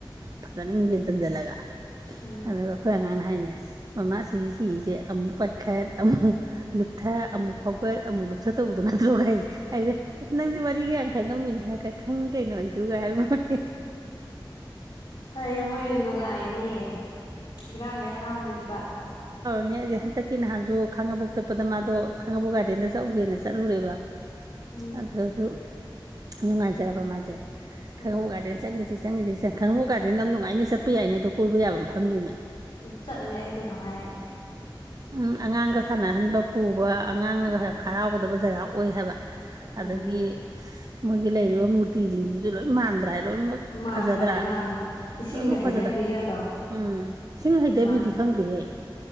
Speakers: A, on the left; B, on the right.
A: ꯎꯝ
B: ꯐꯖꯅ ꯃꯤꯁꯤꯟ ꯊꯟꯖꯜꯂꯒ
A: ꯎꯝ
B: ꯑꯗ ꯐꯉ ꯍꯥꯏꯅꯦ ꯑꯁ ꯃꯃꯥꯁꯤ ꯍꯤꯁꯦ ꯑꯃꯨꯛ ꯄꯥꯏꯈꯠ ꯑꯃꯨꯛ ꯂꯨꯞꯊ ꯑꯃꯨꯛ ꯐꯥꯎꯒꯠ ꯑꯃꯨꯛ ꯂꯨꯞꯊ ꯇꯧꯕꯗꯣ ꯅꯠꯇ꯭ꯔꯣꯈꯩ ꯍꯥꯏꯦ ꯑꯁ ꯅꯪꯗꯤ ꯃꯔꯤꯒꯤ ꯈꯪꯉꯝꯃꯤꯅꯦ ꯍꯥꯏꯔꯒ ꯈꯪ ꯀꯩꯅꯣ ꯑꯩꯁꯨꯒꯥꯏꯔꯤ ꯃꯣꯠ
A: ꯐꯩꯌꯦ ꯃꯣꯏ ꯅꯨꯡꯉꯥꯏ ꯃꯤꯡ ꯉꯔꯥꯡꯒꯩ ꯍꯔꯥꯎꯅꯤꯕ
B: ꯅꯦ ꯑꯩꯗꯤ ꯍꯟꯗꯛꯀꯤ ꯅꯍꯥꯟꯁꯨ ꯈꯥꯡꯉꯕꯣꯛ ꯆꯠꯄꯗ ꯃꯥꯗꯣ ꯈꯥꯡꯉꯕꯣꯛ ꯒꯥꯔꯗꯦꯟꯗ ꯆꯠꯎꯗꯦꯅ ꯆꯠꯂꯨꯔꯦꯕ
A: ꯎꯝ
B: ꯑꯗꯨꯁꯨ ꯅꯨꯡꯉꯥꯏꯖꯔꯕ ꯃꯥꯁꯦ ꯈꯕꯨꯒꯒꯥꯗ
A: ꯎꯝ
B: ꯆ ꯁꯤ ꯆꯪꯉꯁꯤꯦꯪ ꯈꯪꯉꯕ ꯀꯗꯗꯤ ꯅꯝ ꯅꯨꯡꯉꯥꯏꯅ ꯆꯠꯄ ꯌꯥꯏꯅꯦ ꯑꯗꯣ ꯀꯣꯏꯕ ꯌꯥꯕ ꯃꯐꯝꯗꯤꯅꯦ
A: ꯆꯠꯂꯦ ꯑꯩꯗꯤ ꯅꯣ ꯍꯥꯏꯥꯏ
B: ꯎꯝ ꯑꯉꯥꯡꯒ ꯁꯥꯟꯅꯍꯟꯕ ꯄꯨꯕ ꯑꯉꯥꯡꯅꯒ
A: ꯎꯝ
B: ꯍꯔꯥꯎꯒꯗꯕ ꯖꯒꯥ ꯑꯣꯏ ꯍꯥꯏꯕ ꯑꯗꯒꯤ
A: ꯎꯝ
B: ꯃꯣꯏꯒꯤ ꯂꯩꯔꯤꯕ ꯃꯨꯔꯇꯤꯁꯤꯡꯁꯤꯁꯨ ꯂꯣꯏ ꯃꯥꯟꯗ꯭ꯔꯥ ꯍꯥꯏ ꯂꯣꯏꯅꯃꯛ
A: ꯃꯥꯟꯕꯅꯦ
B: ꯐꯖꯗ꯭ꯔꯥ
A: ꯃꯥꯟꯕꯅꯦ ꯏꯁꯤꯡꯒ
B: ꯂꯣꯏꯅꯃꯛ
A: ꯍꯩꯊꯕꯤꯒꯗꯣ
B: ꯐꯖꯗ꯭ꯔꯥ ꯎꯝ ꯏꯁꯤꯡ ꯍꯩꯊꯕꯤꯗꯤ
A: ꯃꯥꯟ
B: ꯈꯪꯗꯦꯍꯦꯛ